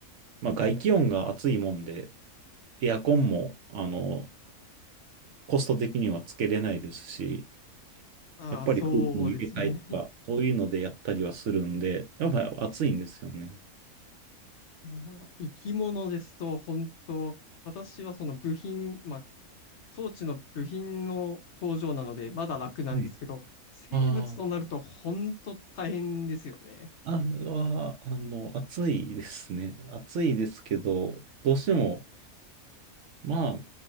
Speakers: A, on the right (about 65°); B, on the left (about 60°).
A: まあ、外気温が暑いもんで、エアコンも、あの、コスト的にはつけれないですし、
B: ああ、
A: やっぱり空気の入れ替えとか、
B: そうですよね。
A: そういうのでやったりはするんで、やっぱり暑いんですよね。
B: まあー生き物ですと、本当、私はその部品、まあ、装置の部品の工場なので、まだ楽なんですけど、
A: はい
B: 生物となると本当大変ですよね。
A: ああ、あれは、あの、暑いですね。暑いですけど、どうしても、まあ、